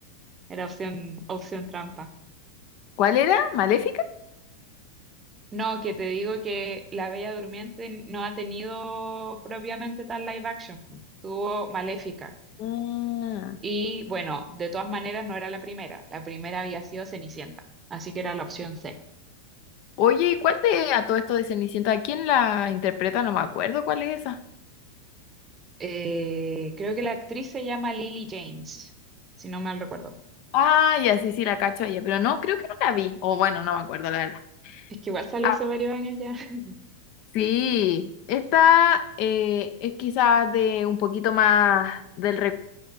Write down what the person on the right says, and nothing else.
Era opción, opción trampa.
No, que te digo que La Bella Durmiente no ha tenido propiamente tal live action. po. Tuvo Maléfica.
Y bueno, de todas maneras no era la primera. La primera había sido Cenicienta. Así que era la opción C.
Eh, creo que la actriz se llama Lily James, si no mal recuerdo.
Es que igual salió
hace varios años ya. <laughs>